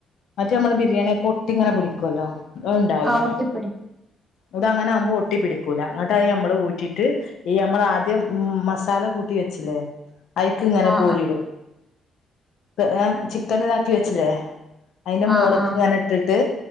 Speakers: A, on the left; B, in the centre.
A: മറ്റേ നമ്മള് ബിരിയാണിയെക്ക ഒട്ടിങ്ങനെ പിടിക്കുവല്ലോ അത്ണ്ടാവൂല
B: ആഹ് ഒറ്റപ്പിടി
A: ഇതങ്ങനാവുമ്പോ ഒട്ടി പിടിക്കൂല അങ്ങട്ടായി നമ്മള് ഊറ്റീട്ട് ഈയമ്മളാദ്യം ഉം മസാല കൂട്ടി വെച്ചില്ലേ അയിക്കിങ്ങനെ
B: ആഹ്
A: കോരിയിടും ത് ഏഹ് ചിക്കനിതാക്കി വെച്ചില്ലേ അയിന്റ
B: ആഹ്
A: മോള്ക്ക്ങ്ങനെട്ട്
B: ആഹ്
A: ട്ടിട്ട്